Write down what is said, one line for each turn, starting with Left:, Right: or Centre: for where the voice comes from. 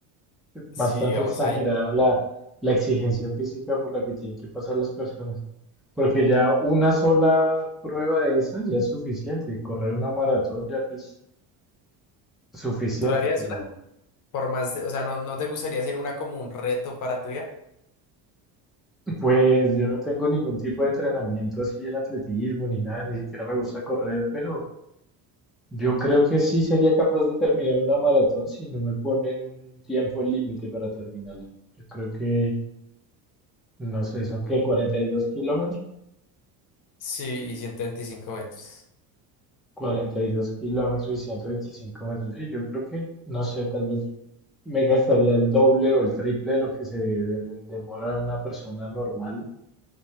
Left: Sí,
Centre: bastante
Left: digamos
Centre: exagerada
Left: ahí.
Centre: la, la exigencia física por la que tienen que pasar las personas. Porque ya una sola prueba de esas ya es suficiente. Correr una maratón ya pues es suficiente.
Left: ¿Tú harías
Centre: Pero
Left: una? Por más de- o sea, ¿no, no te gustaría hacer una como un reto para tu vida?
Centre: pues yo no tengo ningún tipo de entrenamiento así en atletismo ni nada. Ni siquiera me gusta correr, pero... Yo creo que sí sería capaz de terminar una maratón si no me ponen un tiempo límite para terminarla. Yo creo que, no sé, son que 42 kilómetros,
Left: Sí, y 125 metros.
Centre: 42 kilómetros y 125 metros. Sí, yo creo que, no sé, tal vez me gastaría el doble o el triple de lo que se de- de- demora una persona normal